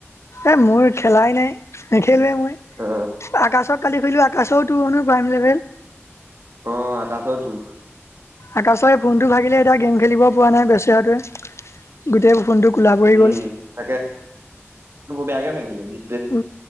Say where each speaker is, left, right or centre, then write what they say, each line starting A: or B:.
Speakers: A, on the left; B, on the right.
A: এ মোৰ খেলাই নাই নেখেলোৱে মই
B: অ
A: আকাশত কালি খলোঁ আকাশওতো মানো প্ৰাইম লেভেল-
B: অ আকাশতো
A: আকাশই ফোনটো ভাগিলে এতিয়া গেম খেলিব পৰা নাই বেচেৰাটোৱে গোটেই ফোনটো খোলা কৰি
B: উম
A: গ'ল
B: তাকে বেয়াকে ভাাগিলে দি <unintelligible>
A: উ